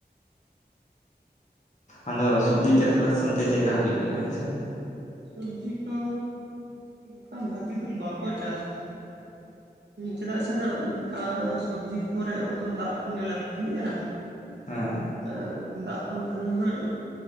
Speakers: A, on the left (about 45°); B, on the right (about 85°).
A: ᱟᱫᱚ ᱥᱩᱵᱡᱤ ᱪᱟᱥᱵᱟᱥ ᱚᱱᱛᱮ ᱪᱮᱫᱠᱟ ᱦᱩᱭᱩᱜ ᱜᱮᱭᱟ ᱟᱯᱮᱥᱫ?
B: ᱥᱚᱵᱡᱤ ᱠᱚ ᱠᱟ ᱵᱷᱟᱹᱜᱤ ᱫᱚ ᱵᱟᱠᱚ ᱪᱟᱥᱟ ᱪᱮᱫᱟᱜ ᱥᱮ ᱱᱟᱜ ᱥᱚᱵᱡᱤ ᱠᱚᱨᱮᱜ ᱦᱚᱸ ᱫᱟᱜ ᱞᱟᱹᱠᱛᱤᱜᱼᱟ
A: ᱦᱮᱸ
B: ᱟᱨ ᱫᱟᱜ ᱵᱟᱝᱠᱷᱟᱱ ᱫᱚ ᱱᱦᱟᱜ